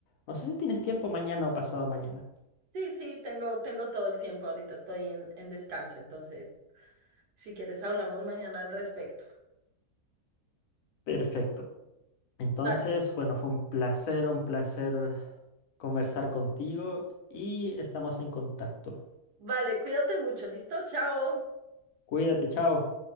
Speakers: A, on the left; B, on the right.
A: No sé si tienes tiempo mañana o pasado mañana.
B: Sí, sí, tengo, tengo todo el tiempo. Ahorita estoy en, en descanso, entonces, si quieres, hablamos mañana al respecto.
A: Perfecto. Entonces,
B: Vale,
A: bueno, fue un placer, un placer conversar contigo y estamos en contacto.
B: vale, cuídate mucho, ¿listo? Chao.
A: Cuídate, chao.